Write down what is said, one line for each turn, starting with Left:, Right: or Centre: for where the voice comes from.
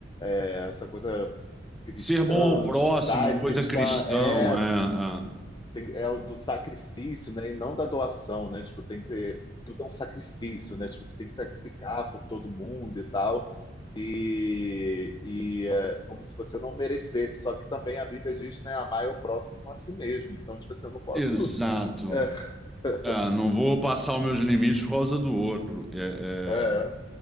Left: essa coisa cristã,
Centre: Ser bom ao próximo,
Left: judaico-cristã,
Centre: coisa cristão,
Left: é,
Centre: é, é.
Left: tem- é o do sacrifício, né? E não da doação, né? Tipo, tem que. Tudo é um sacrifício, né? Tipo, você tem que sacrificar por todo mundo e tal. E, e é como se você não merecesse. Só que também a Bíblia diz, né? Amar é o próximo como a si mesmo. Então, tipo assim, eu não posso.
Centre: Exato.
Left: <laughs> É,
Centre: É, não vou passar os meus limites por causa do outro. É,
Left: é.
Centre: é,